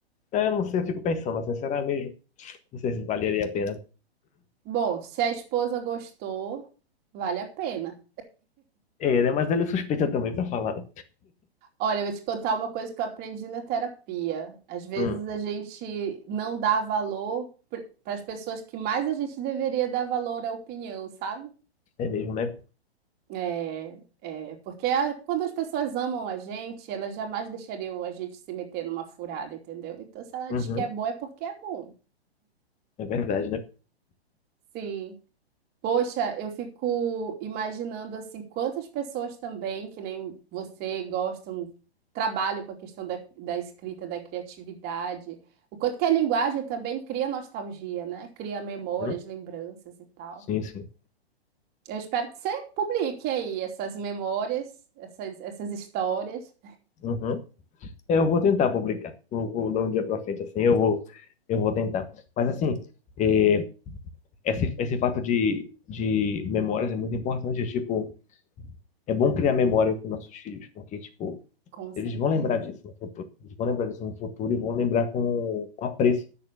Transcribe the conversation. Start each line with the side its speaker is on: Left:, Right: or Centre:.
Left: Eu não sei, eu fico pensando, assim, será mesmo? Não sei se valeria a pena.
Right: Bom, se a esposa gostou, vale a pena.
Left: É, né? Mas ele é suspeita também pra falar, né?
Right: Olha, eu vou te contar uma coisa que eu aprendi na terapia. Às vezes
Left: Hum,
Right: a gente não dá valor para as pessoas que mais a gente deveria dar valor à opinião, sabe?
Left: é mesmo, né?
Right: É, é, porque a- quando as pessoas amam a gente, elas jamais deixariam a gente se meter numa furada, entendeu? Então, se ela
Left: Uhum,
Right: diz que é bom, é porque é bom.
Left: é verdade, né?
Right: Sim. Poxa, eu fico imaginando assim, quantas pessoas também, que nem você, gostam, trabalham com a questão da, da escrita, da criatividade. O quanto que a linguagem também cria nostalgia, né? Cria memórias,
Left: Uhum,
Right: lembranças e tal.
Left: sim, sim.
Right: Eu espero que você publique aí essas memórias, essas, essas histórias.
Left: Uhum. É, Eu vou tentar publicar. Não vou dar um dia para frente assim, eu vou, eu vou tentar. Mas assim, é, esse, esse fato de, de memórias é muito importante. Tipo, é bom criar memória com nossos filhos, porque tipo,
Right: Com certeza.
Left: eles vão lembrar disso no futuro. Eles vão lembrar disso no futuro e vão lembrar com, com apreço